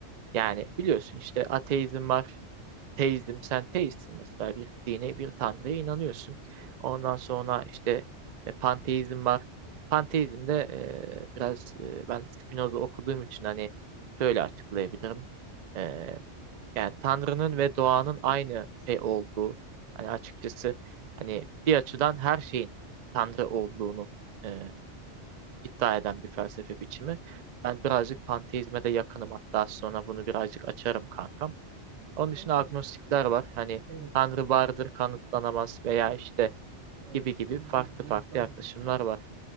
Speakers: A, on the right; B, on the right.
A: Yani biliyorsun işte ateizm var, teizm, sen teistsin mesela bir dine, bir tanrıya inanıyorsun. Ondan
B: Hı hı.
A: sonra işte e, panteizm var. Panteizm de e, biraz e, ben Spinoza okuduğum için hani şöyle açıklayabilirim. E, yani Tanrı'nın ve doğanın aynı şey olduğu, hani açıkçası hani bir açıdan her şeyin Tanrı olduğunu e, iddia eden bir felsefe biçimi.
B: Hı hı.
A: Ben birazcık panteizme de yakınım hatta sonra bunu birazcık açarım kankam. Onun
B: Kankam,
A: dışında agnostikler var. Hani
B: evet,
A: Tanrı vardır kanıtlanamaz veya
B: çok
A: işte
B: güzel. Ee,
A: gibi
B: şimdi
A: gibi farklı
B: burada
A: farklı yaklaşımlar var.